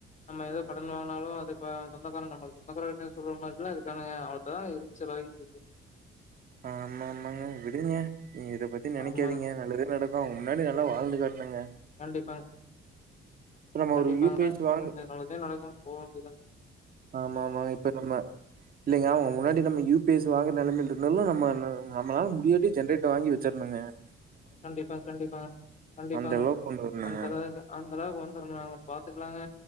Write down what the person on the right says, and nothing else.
ஆமாமாங்க! விடுங்க! நீங்க இத பத்தி நெனைக்காதீங்க!
நல்லதே நடக் அதா அவுங்க முன்னாடி நல்லா வாழ்ந்து காட்னுங்க
நம்ம
ஒரு யூ பி எஸ் வாங்க
ஆமாம்மா இப்ப நம்ம இல்லைங்க அவங்க முன்னாடி நம்ம யூ பி எஸ் வாங்கற நெலமைலருந்தாலு நம்ம நம்மளால முடியாட்டி ஜென்ரேட்டர் வாங்கி வெச்சர்ணுங்க
அந்த அளவுக்கு கொண்டு வரணுங்க.